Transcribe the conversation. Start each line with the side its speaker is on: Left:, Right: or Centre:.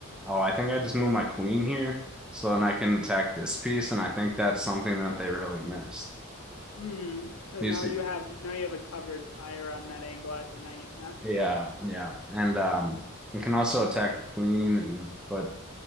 Centre: Oh, I think I just moved my queen here, so then I can attack this piece, and I think that's something that they really missed.
Left: Hmm. Because
Centre: You
Left: now
Centre: see,
Left: you have now you have a covered fire on that angle at the knight. Yeah.
Centre: yeah, yeah, and um, we can also attack the queen, and, but